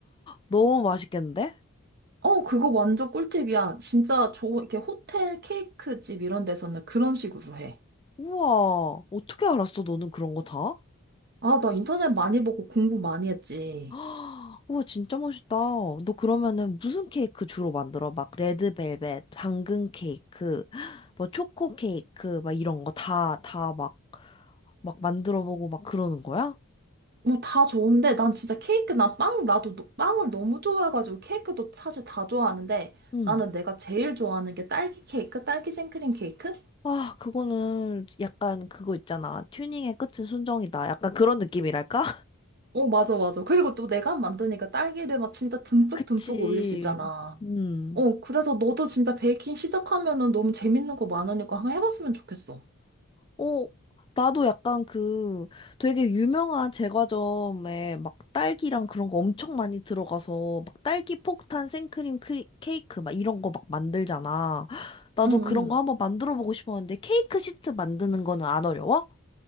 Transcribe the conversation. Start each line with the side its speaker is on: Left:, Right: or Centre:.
Left: 너무 맛있겠는데?
Right: 어, 그거 완전 꿀팁이야. 진짜 좋은, 이렇게 호텔 케이크 집 이런 데서는 그런 식으로 해.
Left: 우와, 어떻게 알았어, 너는 그런 거 다?
Right: 아, 나 인터넷 많이 보고 공부 많이 했지.
Left: <gasps> 우와, 진짜 멋있다. 너 그러면은 무슨 케이크 주로 만들어? 막 레드벨벳, 당근 케이크, <gasps> 뭐 초코 케이크, 막 이런 거 다, 다 막, 막 만들어 보고 막 그러는 거야?
Right: 뭐 다 좋은데 난 진짜 케이크, 나 빵, 나도 노- 빵을 너무 좋아해가지고 케이크도 사실 다 좋아하는데
Left: 응.
Right: 나는 내가 제일 좋아하는 게 딸기 케이크, 딸기 생크림 케이크?
Left: 아, 그거는 약간 그거 있잖아. 튜닝의 끝은 순정이다. 약간 그런 느낌이랄까?
Right: 어, 맞아, 맞아. 그리고 또 내가 만드니까 딸기를 막 진짜 듬뿍
Left: <laughs> 그치.
Right: 듬뿍 올릴 수 있잖아.
Left: 음.
Right: 어, 그래서 너도 진짜 베이킹 시작하면은 너무 재밌는 거 많으니까 한번 해봤으면 좋겠어.
Left: 어, 나도 약간 그 되게 유명한 제과점에 막 딸기랑 그런 거 엄청 많이 들어가서 막 딸기 폭탄 생크림 크리, 케이크 막 이런 거 막 만들잖아. <gasps> 나도
Right: 응,
Left: 그런
Right: 응.
Left: 거 한번 만들어 보고 싶었는데 케이크 시트 만드는 거는 안 어려워?